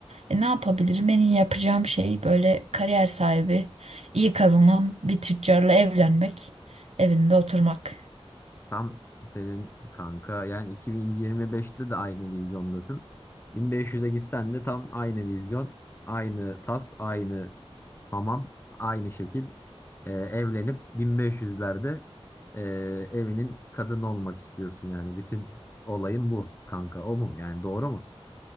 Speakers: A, on the right; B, on the left.
A: E ne yapabilirim? En iyi yapacağım şey böyle kariyer sahibi, iyi kazanan bir tüccarla evlenmek, evinde oturmak.
B: Tam senin kanka yani 2025'te de aynı vizyondasın. 1500'e gitsen de tam aynı vizyon, aynı tas, aynı hamam, aynı şekil. Ee, evlenip 1500'lerde ee, evinin kadını olmak istiyorsun yani. Bütün olayın bu kanka. O mu? Yani doğru mu?